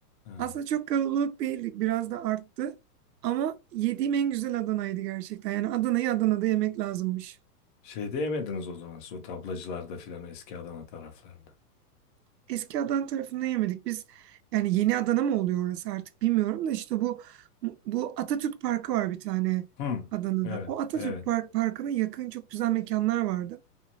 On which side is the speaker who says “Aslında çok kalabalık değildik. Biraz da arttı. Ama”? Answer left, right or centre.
Right